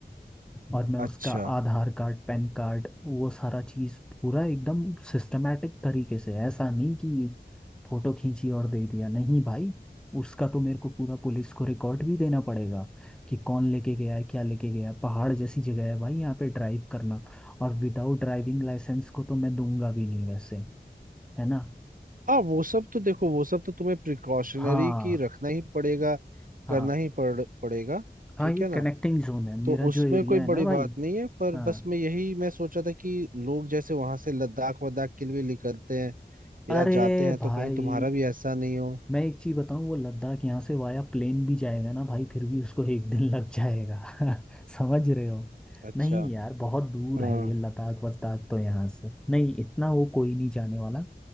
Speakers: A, in the centre; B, on the right (about 55°).
A: और मैं उसका
B: अच्छा
A: आधार कार्ड पैन कार्ड वो सारा चीज पूरा एकदम सिस्टमेटिक तरीके से ऐसा नहीं कि फोटो खींची और दे दिया नहीं भाई उसका तो मेरे को पूरा पुलिस को रिकॉर्ड भी देना पड़ेगा कि कौन लेके गया है क्या लेके गया है पहाड़ जैसी जगह है भाई यहाँ पे ड्राइव करना और विदाउट ड्राइविंग लाइसेंस को तो मैं दूंगा भी नहीं वैसे है ना
B: हाँ वो सब तो देखो वो सब तो तुम्हें प्रिकॉशनरी
A: हाँ
B: की रखना ही पड़ेगा
A: हाँ
B: करना ही पड़ पड़ेगा
A: हाँ
B: ठीक
A: ये
B: है ना
A: कनेक्टिंग जोन है मेरा
B: तो उसमें
A: जो एरिया
B: कोई
A: है ना
B: बड़ी
A: भाई
B: बात नहीं है पर
A: हाँ
B: बस मैं यही मैं सोचा था कि लोग जैसे वहां से लद्दाख वद्दाख के लिए निकलते हैं या
A: अरे
B: जाते हैं तो
A: भाई
B: कहीं तुम्हारा भी ऐसा नहीं हो
A: मैं एक चीज बताऊं वो लद्दाख यहाँ से वाया प्लेन भी जाएगा ना भाई फिर भी उसको एक दिन लग जाएगा <laughs> समझ रहे हो
B: अच्छा
A: नहीं यार बहुत दूर
B: हाँ
A: है ये लद्दाख वद्दाख तो यहाँ से नहीं इतना वो कोई नहीं जाने वाला